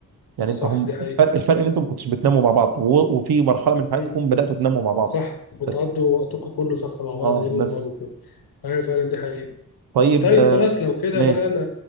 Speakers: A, on the right; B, on the left.
A: يعني
B: صح
A: انت هم
B: دي حقيقة
A: الفرق الفرق ان انتم ما كنتش بتناموا مع بعض و- وفي مرحله من حياتكم
B: مم.
A: بداتوا تناموا مع بعض
B: صح بتقضوا
A: بس
B: وقتكم كله صح مع بعض
A: اه
B: ليل ونهار
A: بس
B: وكده ايوه فعلا دي حقيقة
A: طيب
B: طيب
A: آه،
B: خلاص لو كده
A: ماشي
B: بقى انا